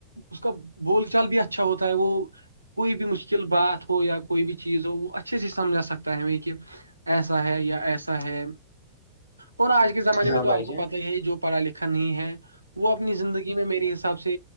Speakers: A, on the right; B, on the left.
A: اس کا بول چال بھی اچھا ہوتا ہے وہ کوئی بھی مشکل بات ہو یا کوئی بھی چیز ہو وہ اچھے سے سمجھا سکتا ہے ہمیں کہ ایسا ہے یا ایسا ہے اور آج کے زمانے
B: ہاں
A: میں تو
B: بھائی
A: آپ
B: جان
A: کو پتا ہی ہے جو پڑھا لکھا نہیں ہے وہ اپنی زندگی میں میرے حساب سے